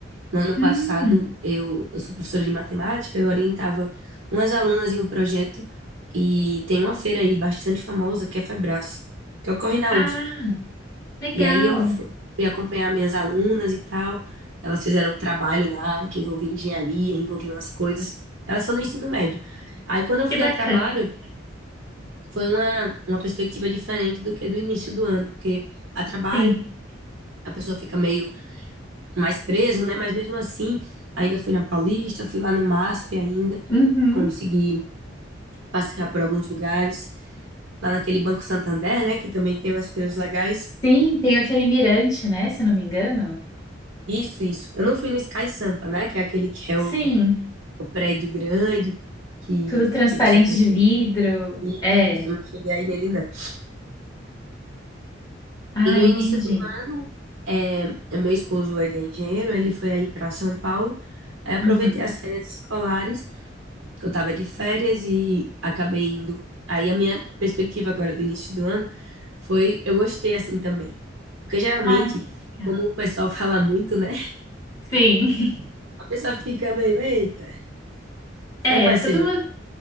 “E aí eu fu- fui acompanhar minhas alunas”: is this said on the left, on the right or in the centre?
Right